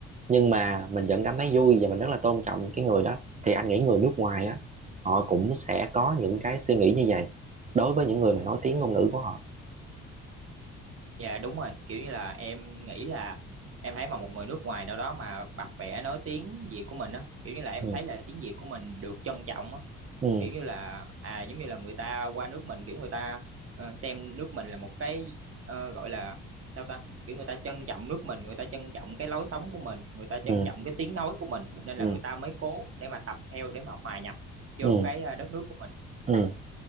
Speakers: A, on the right; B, on the right.
A: nhưng mà mình vẫn cảm thấy vui và mình rất là tôn trọng cái người đó thì anh nghĩ người nước ngoài á họ cũng sẽ có những cái suy nghĩ như vậy đối với những người mà nói tiếng ngôn ngữ của họ
B: dạ đúng rồi kiểu như là em nghĩ là em thấy mà một người nước ngoài nào đó mà bập bẹ nói tiếng Việt của mình á kiểu như là em
A: ừ
B: thấy là tiếng Việt của mình được trân trọng á
A: ừ
B: kiểu như là à giống như là người ta qua nước mình kiểu người ta ờ, xem nước mình là một cái ờ, gọi là sao ta kiểu người ta trân trọng nước mình người ta trân trọng cái lối sống của mình người ta
A: ừ
B: trân trọng cái tiếng nói của mình nên
A: ừ
B: là người ta mới cố để mà tập theo để mà hòa nhập vô
A: ừ
B: cái ờ, đất nước của mình
A: ừ.